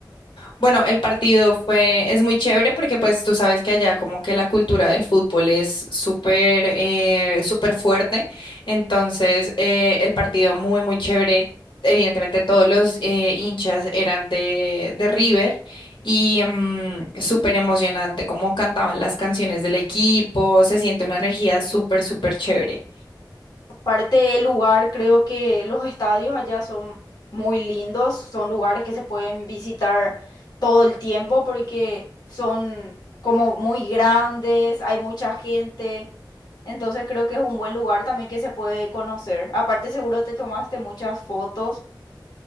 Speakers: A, on the left; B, on the left.
A: Bueno, el partido fue, es muy chévere porque pues tú sabes que allá como que la cultura del fútbol es súper, eh, súper fuerte. Entonces, eh, el partido muy, muy chévere. Evidentemente todos los eh, hinchas eran de, de River y mm, súper emocionante como cantaban las canciones del equipo. Se siente una energía súper, súper chévere.
B: Parte del lugar, creo que los estadios allá son muy lindos, son lugares que se pueden visitar todo el tiempo porque son como muy grandes, hay mucha gente. Entonces creo que es un buen lugar también que se puede conocer. Aparte seguro te tomaste muchas fotos.